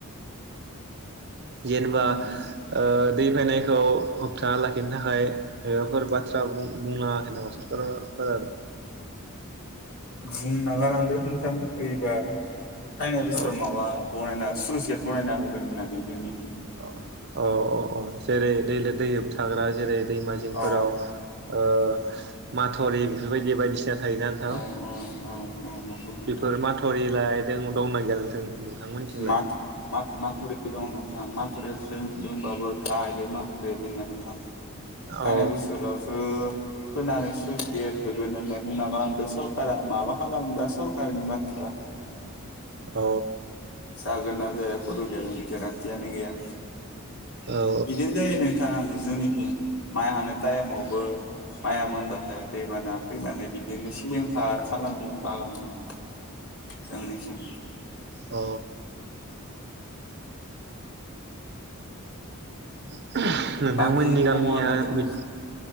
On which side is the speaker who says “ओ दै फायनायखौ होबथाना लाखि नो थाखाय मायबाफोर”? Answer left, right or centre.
Right